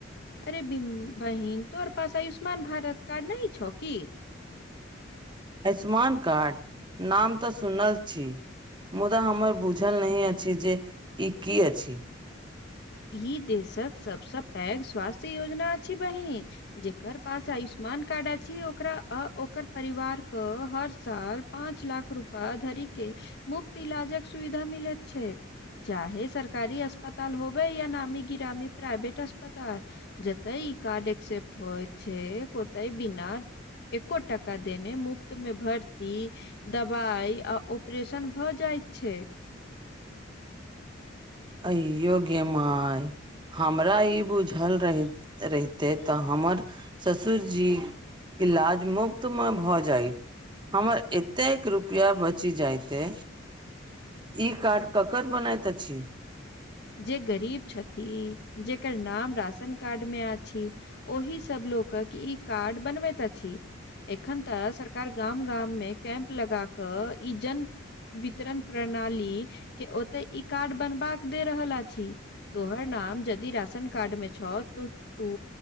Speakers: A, on the left; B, on the right.
A: अरे बहिन तोहर पास आयुष्मान भारत कार्ड नहि छौ कि
B: आयुष्मान कार्ड नाम तऽ सुनल छी मुद्दा हमर बुझल नहि अछि जे ई की अछि
A: ई देशक सबसँ पैघ स्वास्थ्य योजना अछि बहिन जेकर पास आयुष्मान कार्ड अछि ओकरा आ ओकर परिवारके हर साल पाँच लाख रूपा धरिक मुफ्त इलाजक सुविधा मिलत छैय चाहे सरकारी अस्पताल होबै या नामी गामी प्राइवेट अस्पताल जते ई कार्ड एक्सेप्ट होइ छै ओत बिना एको टाका देने मुफ्त मऽ भर्ती दवाई आ ऑपरेशन भऽ जाइत छै
B: अयो गेमाई हमरा ई बुझल रहि रहितै तऽ हमर ससुरजी इलाज मुफ्त मे भऽ जायत हमर एतेक रुपैया बचि जायतै ई कार्ड ककरा बनैत अछि
A: जे गरीब छथिन जेकर नाम राशन कार्ड मे अछि ओहि सभ लोकक ई कार्ड बनबैत अछि एखन तऽ सरकार गाम गाम मे कैम्प लगा कऽ ई जन वितरण प्रणाली के ओतय ई कार्ड बनबाका दे रहल अछि तोहर नाम यदि राशन कार्ड मे छौ तऽ तू